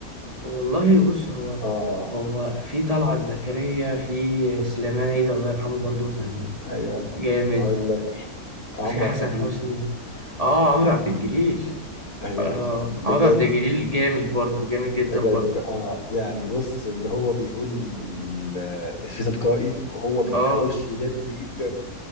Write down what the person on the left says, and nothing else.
اه
ايوه
هقول لك عمرو
عبد الجليل
ايوه
بجد
بجد
اه يعني بص اللي هو بيقول ال- الإفيه تلقائي وهو بيبقى
وشه جد جدا